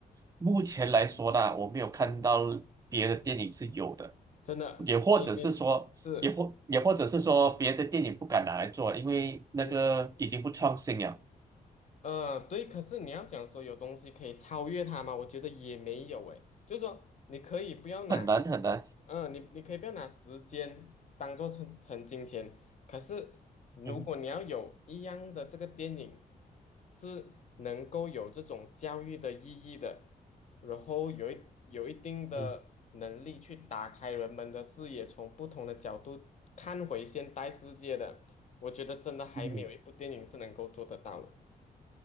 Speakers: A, on the right (about 20°); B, on the left (about 50°).
A: 目前来说呢，我没有看到别的电影是有的，
B: 真的，
A: 也或者是说，
B: 你你是。
A: 也或也或者是说别的电影不敢拿来做，因为那个已经不创新了，
B: 嗯。呃，对，可是你要讲说有东西可以超越它吗？我觉得也没有诶，就是说你可以不要拿，
A: 很难很难。
B: 嗯、你你可以不要拿时间当做成成金钱，可是如果你要有一样的这个电影
A: 嗯
B: 是能够有这种教育的意义的，然后有一有一定的能力去打开人们的视野，
A: 嗯
B: 从不同的角度看回现代世界的，我觉得真的还没有一部电影是能够做得到的。
A: 嗯。